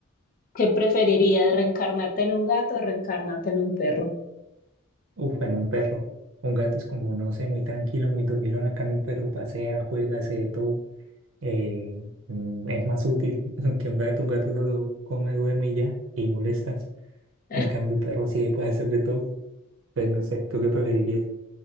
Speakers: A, on the left; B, on the right.
A: ¿qué preferirías, reencarnarte en un gato o reencarnarte en un perro?
B: Uf, en un perro. Un gato es como, no sé, muy tranquilo, muy dormilón. Acá mi perro pasea, juega, hace de todo. eh, mm, es más útil <laughs> que un gato. Un gato solo come, duerme y ya, y molesta.
A: <laughs>
B: El cambio, el perro sí puede hacer de todo. Pues no sé, ¿tú qué preferirías?